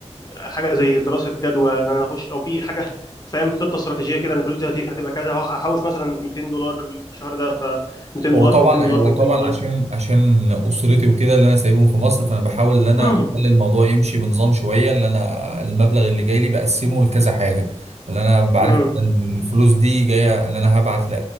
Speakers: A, on the left; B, on the right.
A: حاجه زي دراسه جدوى ان انا اخش او في حاجه فاهم خطه استراتيجيه كده ان الفلوس دي هت- هتبقى كذا هح- هحوش مثلا 200 دولار الشهر ده ف 200
B: هو
A: دولار
B: طبعا
A: في 200 دولار
B: هو
A: في 200
B: طبعا
A: دولار
B: عشان عشان اسرتي وكده اللي انا سايبهم في مصر فانا بحاول ان انا
A: امم
B: اخلي الموضوع يمشي بنظام شويه اللي انا المبلغ اللي جاي لي بقسمه لكذا حاجه اللي انا بعرف
A: امم
B: ان الفلوس دي جايه اللي انا هبعت لأ-